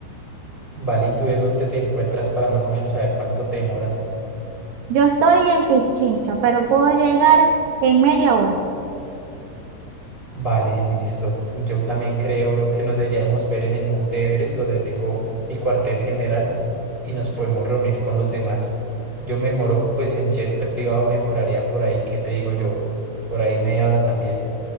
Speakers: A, on the left; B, on the right.
A: Vale, ¿y tú en dónde te encuentras para más o menos saber cuánto te demoras?
B: Yo estoy en Pichincha, pero puedo llegar en media hora.
A: Vale, listo. Yo también creo que nos deberíamos ver en el Monte Everest, donde tengo mi cuartel general, y nos podemos reunir con los demás. Yo me moro, pues en jet privado me moraría por ahí, ¿qué te digo yo? Por ahí media hora también.